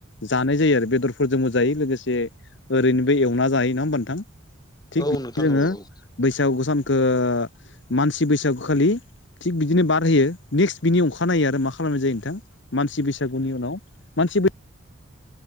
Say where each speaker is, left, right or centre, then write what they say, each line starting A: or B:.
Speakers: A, on the left (about 55°); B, on the left (about 20°).
A: जानाय जायो आरो बेदरफोरजोंबो जायो लोगोसे ओरैनोबो एवना जायो नङा होमबा नोंथां? थिग
B: औ
A: बिदिनो
B: नोंथां
A: जोङो
B: औ औ
A: बैसागु सानखो ओ मानसि बैसागुखालि थिग बिदिनो बारहोयो निक्स्ट बिनि अखानायो आरो मा खालामनाय जायो नोंथां मानसि बैसागुनि उनाव मानसि बै